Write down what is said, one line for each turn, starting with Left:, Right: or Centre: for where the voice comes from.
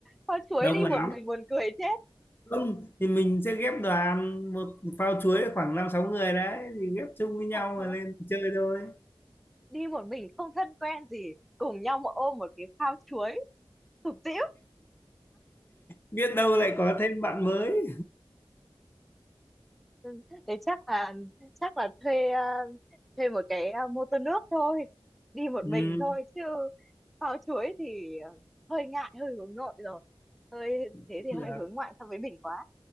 Centre: Kho chuối
Left: đông
Centre: đi
Left: lắm
Centre: một mình buồn cười chết.
Left: không thì mình sẽ ghép đoàn một phao chuối khoảng năm sáu người đấy thì ghép chung với
Centre: <laughs>
Left: nhau mà lên chơi thôi
Centre: Đi một mình không thân quen gì. Cùng nhau mà ôm một cái phao chuối. Tụt tĩu.
Left: biết đâu lại có thêm bạn mới
Centre: Ừ, Thế chắc là chắc là thuê ờ, thuê một cái ờ, mô tô nước thôi đi một
Left: ừ,
Centre: mình thôi chứ phao chuối thì ờ, hơi ngại hơi hướng nội rồi hơi thế
Left: cũng
Centre: thì hơi
Left: được
Centre: hướng ngoại so với mình quá